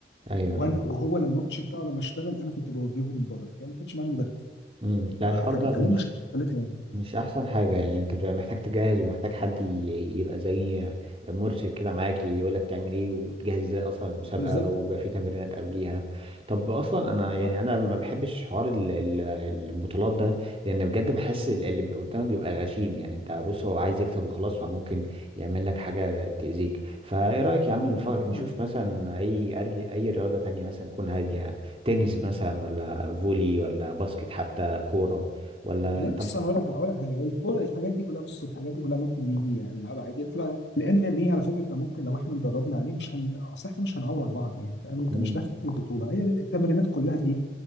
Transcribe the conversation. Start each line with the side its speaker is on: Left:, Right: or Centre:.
Right: ايوه
Left: وانا
Right: اه
Left: وهو لما الماتش بتاعه لما اشتغل انا كنت بوجهه من بره تخيل ما كانش معانا مدرب
Right: مم. لا
Left: ف-
Right: الحوار
Left: فدي
Right: ده
Left: فدي
Right: مش
Left: مشكلتها يعني
Right: مش احسن حاجة يعني انت بتبقى محتاج تجهز ومحتاج حد ي- يبقى زي مرشد كده معاك يقولك تعمل ايه وتجهز ازاي اصلا المسابقة
Left: بالظبط
Right: ويبقى في تمرينات قبليها طب اصلا انا يعني
Left: صح
Right: انا ما بحبش حوار ال- ال- البطولات ده لان بجد بحس ال- اللي قدامك بيبقى غشيم يعني انت بص هو عايز يكسب وخلاص وممكن يعمل لك حاجة تأذيك فايه رأيك يا عم
Left: لا
Right: نف-
Left: لا
Right: نشوف
Left: طبعا
Right: مثلا اي أرج- اي رياضة تانية مثلا تكون هادية تنس مثلا ولا فولي ولا باسكت حتى كورة ولا
Left: والله
Right: انت
Left: بص انا هقول لك هقول لك حاجه الكوره الحاجات دي كلها بص الحاجات دي كلها ممكن نيجي يعني نلعبها عادي يطلع لان ايه على فكره انت ممكن لو احنا اتدربنا عليه مش هن اصل احنا مش هنعور بعض يعني فاهم انت
Right: مم.
Left: مش داخل البطوله هي التمرينات كلها ايه